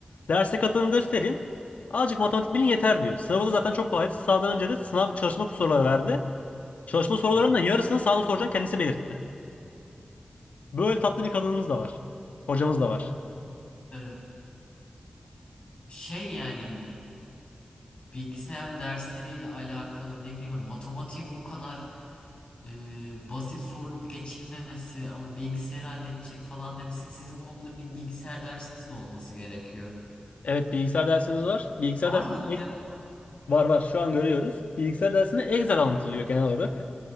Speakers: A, on the left (about 85°); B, on the left (about 45°).
A: Derse katılın gösterin. Azıcık matematik bilin yeter diyor. Sınavı da zaten çok kolaydı. Sınavdan önce de sınav çalışma soruları verdi. Çalışma sorularının
B: Aha.
A: da yarısını sağda soracak kendisi belirtti. Böyle tatlı bir kadınımız da var. Hocamız da var.
B: Ee, şey yani bilgisayar dersleriyle alakalı ne bileyim hani matematiğin bu kadar e, basit sorulup geçilmemesi ama bilgisayarı halledecek falan demesi sizin bu noktada bir bilgisayar dersiniz de olması gerekiyor.
A: Evet bilgisayar dersiniz var. Bilgisayar
B: Var
A: dersinde
B: mı olacak mı?
A: var var şu an görüyoruz. Bilgisayar dersinde Excel anlatılıyor genel olarak.